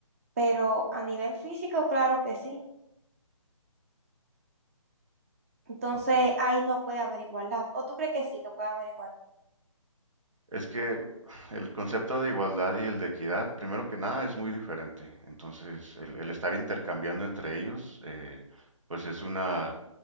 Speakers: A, on the right; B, on the right.
A: pero a nivel físico, claro que sí. Entonces
B: Ok.
A: ahí no puede haber igualdad. ¿O tú crees que sí que puede haber igualdad?
B: Es que el concepto de igualdad y el de equidad, primero que nada, es muy diferente. Entonces, el, el estar intercambiando entre ellos, eh, pues es una,